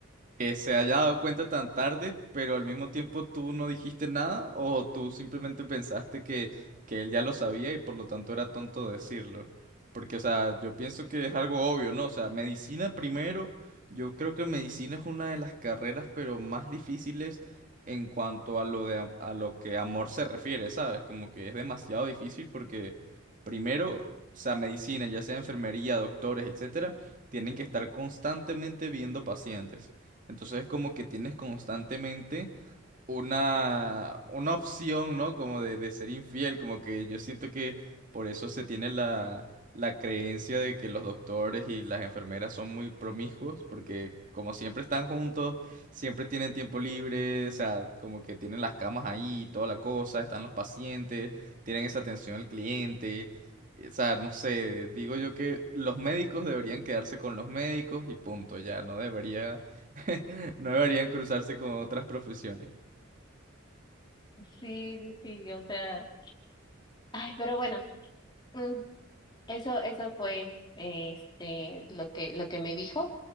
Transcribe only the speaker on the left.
Sí, sí, sí, o sea, ay, pero bueno, mm, Eso, eso fue este lo que, lo que me dijo.